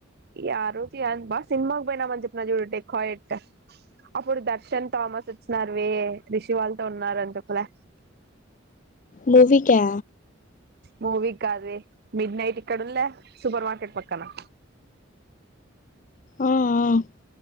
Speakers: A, on the right; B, on the left.
A: ఈ ఆరోజు ఏంద్ బా సినిమాకు పోయినామని చెప్పినా జూడు డెకాయెట్. అప్పుడు దర్శన్, థామస్ వచ్చినారు వే రిషి వాళ్ళతో ఉన్నారు అని చెప్పలే.
B: మూవీ కా
A: మూవీ కాద్ వే మిడ్ నైట్ ఇక్కడ ఉండ్ లే సూపర్ మార్కెట్ పక్కనా.
B: ఆ ఆ